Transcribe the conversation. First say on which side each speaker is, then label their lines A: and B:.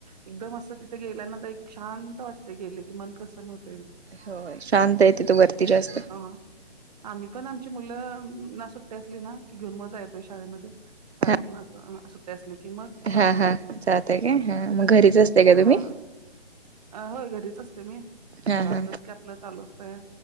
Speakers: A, on the right; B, on the right.
A: एकदम असं तिथे गेल्याना तर एक शांत वाटते गेले की मन प्रसन्न होत.
B: हो शांत आहे तिथ वरती जास्त
A: हा आम्ही पण आमची मुलं ना सुट्टते असली ना की घेऊन मजा येतोय शाळेमध्ये शाळेत.
B: हा
A: सुट्टे असले की मग जातोय
B: हा हा
A: घेवून.
B: जातय का ह मग घरीच असतेय का?
A: होय
B: तुम्ही.
A: अ होय घरीच असते मी
B: हा
A: घरातलंच
B: हा
A: का आपलं. चालू असतय